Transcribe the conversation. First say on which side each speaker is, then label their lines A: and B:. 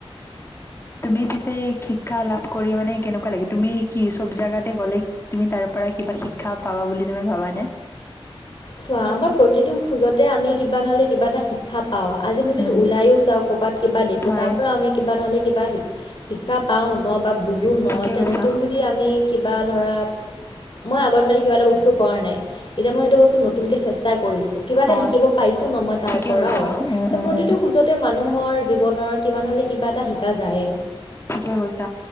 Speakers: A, on the left (about 25°); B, on the left (about 55°).
A: তুমি পিছে শিক্ষা লাভ কৰি মানে কেনেকুৱা লাগে? তুমি কি চব জাগাতে গ'লে তুমি তাৰ পৰা কিবা শিক্ষা পাবা বুলি তুমি ভাবানে?
B: চোৱা আমাৰ প্ৰতিটো খোজতে আমি কিবা নহ'লে কিবা এটা শিক্ষা অ', আজি আমি যদি
A: উম
B: ওলায়ো যাওঁ ক'বাত কিবা দেখোঁ,
A: হয়
B: তাৰপৰা আমি কিবা নহ'লে কিবা শিক শিক্ষা পাওঁ ন' বা বুজো ন'
A: ঠিকে
B: এতিয়া
A: কৈছা
B: নতুন যদি আমি কিবা ধৰা মই আগত মানে কিবা এটা বস্তু কৰা নাই এতিয়া মই সেইটো বস্তু ন তুনকে চেষ্টা কৰিছোঁ কিবা এটা
A: অ
B: শিকিব পাইছোঁ ন' মই তাৰ
A: ঠিকে
B: পৰাও
A: কৈছা উম
B: ত'
A: উম
B: প্ৰতিটো
A: উম
B: খোজতে মানুহৰ জীৱনৰ কিবা নহ'লে কিবা এটা শিকা যায়ে।
A: ঠিকে কৈছা